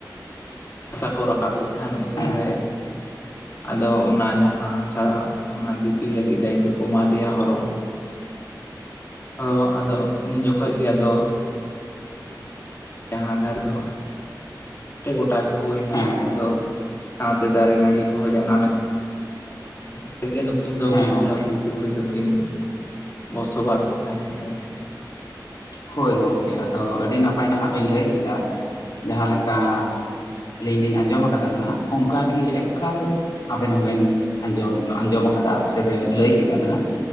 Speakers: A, on the left; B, on the left.
A: ᱦᱟᱥᱟ ᱠᱚ ᱨᱟᱠᱟᱵ ᱮᱫ ᱠᱷᱟᱱ ᱩᱱᱨᱮ
B: ᱦᱮᱸ
A: ᱟᱫᱚ ᱚᱱᱟ ᱡᱟᱦᱟᱸ ᱦᱟᱥᱟ ᱚᱱᱟ ᱫᱤᱯᱤ ᱞᱟᱹᱜᱤᱫ ᱫᱟᱭᱤᱛᱛᱚ ᱠᱚ ᱮᱢᱟᱫᱮᱭᱟ ᱦᱚᱨᱚ᱾ ᱟᱨᱚ ᱟᱫᱚ ᱩᱱ ᱡᱚᱠᱷᱚᱡ ᱜᱮ ᱟᱫᱚ ᱡᱟᱦᱟᱸ ᱫᱷᱟᱨ ᱫᱚ ᱜᱚᱴᱟ ᱜᱮ ᱦᱩᱭᱱᱟ
B: ᱦᱮᱸ ᱜᱚᱢᱠᱮ
A: ᱟᱫᱚ ᱥᱟᱶᱛᱮ ᱫᱟᱨᱮ ᱱᱟᱹᱲᱤ ᱠᱚᱦᱚᱸ ᱡᱟᱱᱟᱢ ᱮᱱ᱾ ᱩᱱ ᱠᱤᱱ ᱜᱤ ᱱᱩᱠᱤᱱ ᱫᱚ
B: ᱦᱮᱸ
A: ᱯᱤᱞᱪᱩ
B: ᱜᱚᱢᱠᱮ
A: ᱦᱟᱲᱟᱢ ᱯᱤᱞᱪᱩ ᱵᱩᱰᱦᱤ ᱫᱚᱠᱤᱱ ᱵᱚᱥᱚᱵᱟᱥ ᱮᱫ ᱛᱟᱦᱮᱸᱫ ᱟᱨᱠᱤ᱾
B: ᱦᱳᱭ ᱜᱚᱝᱠᱮ ᱟᱫᱚ ᱟᱹᱰᱤ ᱱᱟᱯᱟᱭ ᱱᱟᱦᱟᱜ ᱵᱮᱱ ᱞᱟᱹᱭ ᱠᱤᱫᱟ᱾ ᱡᱟᱦᱟᱸ ᱞᱮᱠᱟ ᱟᱹᱞᱤᱧ ᱞᱤᱧ ᱟᱸᱡᱚᱢ ᱟᱠᱟᱫᱟ ᱱᱟᱦᱟᱜ ᱚᱱᱠᱟᱜᱤ ᱮᱠᱟᱞ ᱟᱵᱮᱱ ᱦᱚᱸᱵᱮᱱ ᱟᱸᱡᱚᱢ ᱟᱸᱡᱚᱢ ᱠᱟᱫᱟ ᱥᱮ ᱵᱮᱱ ᱞᱟᱹᱭ ᱠᱮᱫᱟ ᱱᱟᱦᱟᱜ᱾